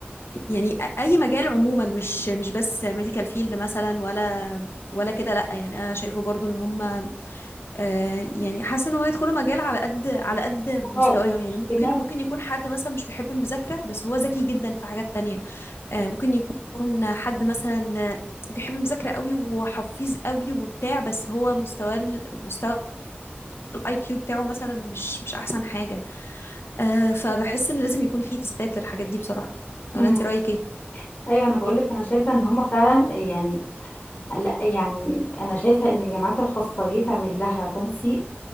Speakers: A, on the left; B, on the left.
A: يعني اي مجال عموما مش مش بس ميديكال فيلد مثلا ولا ولا كده لا يعني انا شايفه برضو ان هم آه، يعني حاسه ان هو يدخلوا مجال على قد على قد مستواهم
B: هو المشكلة
A: يعني ممكن ممكن يكون حد مثلا مش بيحب المذاكره بس هو ذكي جدا في حاجات تانية آه، ممكن يكون حد مثلا بيحب المذاكره قوي وحفيظ قوي وبتاع بس هو مستواه ال- مستوى الاي كيو بتاعه مثلا مش مش احسن حاجه آه، فبحس ان لازم يكون في تستات للحاجات دي بصراحه
B: مم.
A: ولا انت رايك ايه
B: أيوة أنا بقولك أنا شايفة إن هما فعلا يعني لا يعني أنا شايفة إن الجامعات الخاصة يتعمل لها تنسيق